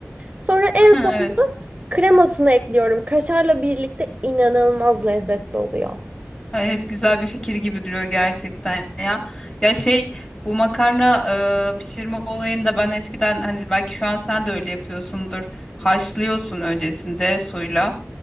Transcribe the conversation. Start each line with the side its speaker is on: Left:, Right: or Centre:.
Right: Sonra en
Left: <laughs> Ha,
Right: sonunda
Left: Evet.
Right: kremasını ekliyorum. Kaşarla birlikte inanılmaz lezzetli oluyor.
Left: Ha, Evet güzel bir fikir gibi duruyor gerçekten ya. Ya şey bu makarna e, pişirme olayında ben eskiden hani belki şu an sen de öyle yapıyorsundur. Haşlıyorsun öncesinde suyla.